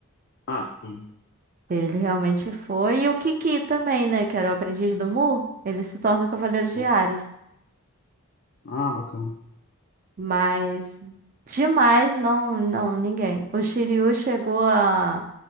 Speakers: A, on the left; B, on the right.
A: ah, sim,
B: Ele realmente foi. E o Kiki também, né? Que era o aprendiz do Mu. Ele se torna Cavaleiro
A: sim.
B: de Ares.
A: Ah, bacana.
B: Mas demais, não, não, ninguém. O Shiryu chegou a